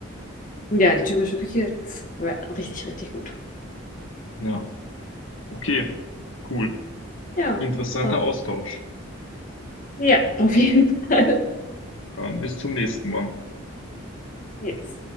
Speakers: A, on the left (about 40°); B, on the left (about 65°).
A: Ja, die türkische Küche ist re- richtig, richtig gut.
B: Ja, okay, cool.
A: Ja,
B: Interessanter
A: super.
B: Austausch.
A: Ja, auf jeden Fall.
B: Dann bis zum nächsten Mal.
A: <laughs> Yes.